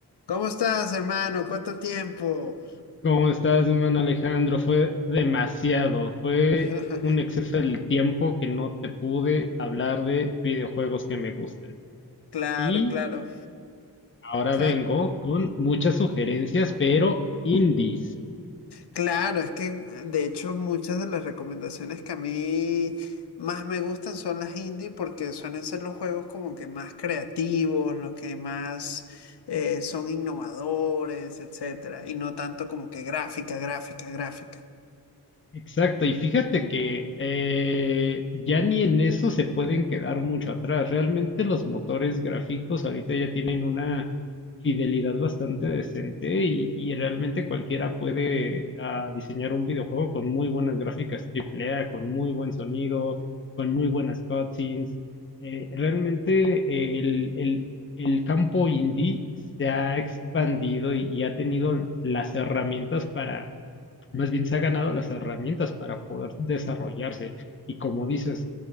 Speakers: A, on the left (about 75°); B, on the left (about 30°).
A: ¿Cómo estás, hermano? ¿Cuánto tiempo?
B: ¿Cómo estás, mi hermano Alejandro? Fue demasiado, fue
A: <laughs>
B: un exceso del tiempo que no te pude hablar de videojuegos que me gusten.
A: Claro,
B: Y
A: claro.
B: ahora
A: Sa-
B: vengo con muchas sugerencias, pero indies.
A: Claro, es que de hecho muchas de las recomendaciones que a mí más me gustan son las indie porque suelen ser los juegos como que más creativos, los que más eh, son innovadores, etcétera, y no tanto como que gráfica, gráfica, gráfica.
B: Exacto, y fíjate que eh, ya ni en eso se pueden quedar mucho atrás. Realmente los motores gráficos ahorita ya tienen una fidelidad bastante decente y, y realmente cualquiera puede ah, diseñar un videojuego con muy buenas gráficas AAA, con muy buen sonido, con muy buenas cutscenes. Eh, realmente el, el- el campo indie se ha expandido y y ha tenido las herramientas para más bien se ha ganado las herramientas para poder desarrollarse. Y como dices,